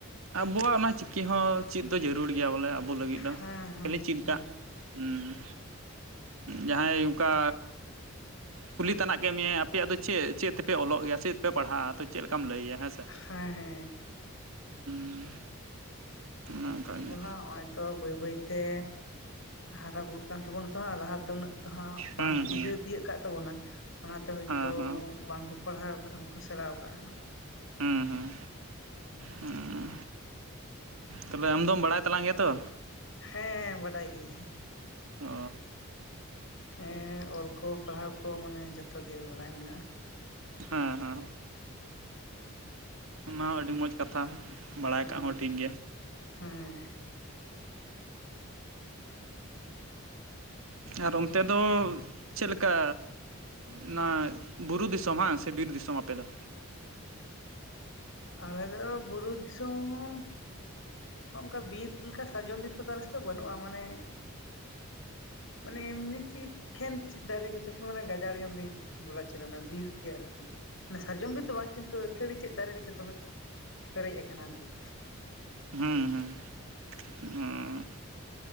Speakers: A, on the right; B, on the left.
A: ᱟᱵᱚᱣᱟᱜ ᱚᱱᱟ ᱪᱤᱠᱤ ᱦᱚᱸ ᱪᱮᱫ ᱫᱚ ᱡᱟᱹᱨᱩᱲ ᱜᱮᱭᱟ ᱵᱚᱞᱮ ᱟᱵᱚ ᱞᱟᱹᱜᱤᱫ ᱫᱚ,
B: ᱦᱮᱸ ᱦᱮᱸ
A: ᱠᱷᱟᱞᱤ ᱪᱮᱫ
B: ᱦᱮᱸ
A: ᱠᱟᱜ᱾ ᱩᱸ, ᱡᱟᱦᱟᱸᱭ ᱚᱝᱠᱟ ᱠᱩᱞᱤ ᱛᱟᱱᱟᱜ ᱠᱮᱜ ᱢᱮᱭᱟᱭ ᱟᱯᱮᱭᱟᱜ ᱫᱚ ᱪᱮᱫ, ᱪᱮᱫ ᱛᱮᱯᱮ ᱚᱞᱚᱜ ᱜᱮᱭᱟ ᱪᱮᱫ ᱯᱮ ᱯᱟᱲᱦᱟᱜ-ᱟ ᱛᱚ, ᱪᱮᱫ ᱞᱮᱠᱟᱢ ᱞᱟᱹᱭᱭᱟ ᱦᱮᱸ ᱥᱮ᱾
B: ᱦᱮᱸ ᱦᱮᱸ
A: ᱦᱩᱸ᱾ ᱚᱱᱮ ᱚᱱᱠᱟ
B: ᱟᱫᱚ
A: ᱜᱮ
B: ᱦᱟᱸᱜ ᱦᱚᱸᱜ-ᱚᱭ ᱛᱚ ᱵᱟᱹᱭ ᱵᱟᱹᱭ ᱛᱮ ᱦᱟᱨᱟ ᱵᱩᱨᱩᱜ ᱠᱟᱱ ᱛᱟᱵᱚᱱᱟ᱾ ᱛᱚ ᱦᱟᱸᱜ ᱞᱟᱦᱟ ᱫᱚ ᱩᱱᱟᱹᱜ ᱫᱚ ᱦ ᱵᱟᱝᱠᱚ
A: ᱦᱮᱸ
B: ᱵᱩᱡᱷᱟᱹᱣ
A: ᱦᱮᱸ
B: ᱛᱤᱭᱟᱹᱜ ᱠᱟᱜ ᱛᱟᱵᱚᱱᱟ ᱚᱱᱟᱛᱮ ᱦᱳᱭᱛᱳ
A: ᱦᱮᱸ ᱦᱮᱸ
B: ᱩᱱᱟᱹᱜ ᱵᱟᱝ ᱠᱚ ᱯᱟᱲᱦᱟᱣ ᱠᱟᱱᱟ ᱠᱚ ᱥᱮᱬᱟᱣ ᱠᱟᱜ-ᱟ ᱦᱟᱸᱜ᱾
A: ᱦᱩᱸ ᱦᱩᱸ, ᱦᱩᱸ᱾ ᱛᱚᱵᱮ ᱟᱢ ᱫᱚᱢ ᱵᱟᱲᱟᱭ ᱛᱟᱞᱟᱝ ᱜᱮᱭᱟ ᱛᱚ?
B: ᱦᱮᱸ ᱵᱟᱰᱟᱭ ᱜᱤᱭᱟᱹᱧ᱾
A: ᱚ
B: ᱦᱮᱸ ᱚᱞ ᱠᱚ, ᱯᱟᱲᱦᱟᱣ ᱠᱚ ᱢᱟᱱᱮ ᱡᱚᱛᱚ ᱜᱮ ᱵᱟᱲᱟᱭ ᱢᱮᱱᱟᱜ-ᱟ᱾
A: ᱦᱮᱸ ᱦᱮᱸ, ᱚᱱᱟ ᱦᱚᱸ ᱟᱹᱰᱤ ᱢᱚᱸᱡᱽ ᱠᱟᱛᱷᱟ᱾ ᱵᱟᱲᱟᱭ
B: ᱦᱮᱸ
A: ᱠᱟᱜ ᱦᱚᱸ ᱴᱷᱤᱠ ᱜᱮᱭᱟ᱾
B: ᱦᱮᱸ᱾
A: ᱟᱨ ᱚᱱᱛᱮ ᱫᱚ ᱪᱮᱫᱠᱟ? ᱚᱱᱟ ᱵᱩᱨᱩ ᱫᱤᱥᱚᱢ ᱵᱟᱝ, ᱥᱮ ᱵᱤᱨ ᱫᱤᱥᱚᱢ ᱟᱯᱮ ᱫᱚ?
B: ᱟᱞᱮ ᱫᱚ ᱵᱩᱨᱩ ᱫᱤᱥᱚᱢ ᱚᱝᱠᱟ ᱵᱤᱨ ᱞᱮᱠᱟ ᱥᱟᱨᱡᱚᱢ ᱵᱤᱨ ᱠᱚᱫᱚ ᱟᱞᱮ ᱥᱮᱫ ᱫᱚ ᱵᱟᱹᱱᱩᱜ-ᱟ ᱢᱟᱱᱮ ᱢᱟᱱᱮ ᱮᱢᱱᱤ ᱪᱮᱫ ᱠᱷᱮᱱ ᱪᱮᱫ ᱫᱟᱨᱮ ᱠᱚᱪᱚ ᱠᱷᱮᱱ ᱢᱟᱱᱮ ᱜᱟᱡᱟᱲ ᱜᱮᱢ ᱞᱟᱹᱭ ᱵᱚᱞᱟ ᱦᱚᱪᱚ ᱚᱱᱟ ᱵᱤᱨ ᱜᱮ ᱟᱨᱠᱤ᱾ ᱚᱱᱟ ᱥᱟᱨᱡᱚᱢ ᱵᱤᱨ ᱫᱚ ᱵᱟᱝ, ᱠᱤᱱᱛᱩ ᱟᱹᱛᱷᱟᱹᱲᱤ ᱪᱮᱫ ᱫᱟᱨᱮ ᱠᱚ ᱪᱚ ᱫᱚᱢᱮ ᱯᱮᱨᱮᱡ ᱟᱠᱟᱱᱟ ᱟᱨᱠᱤ᱾
A: ᱦᱩᱸ ᱦᱩᱸ᱾ ᱩᱸᱻ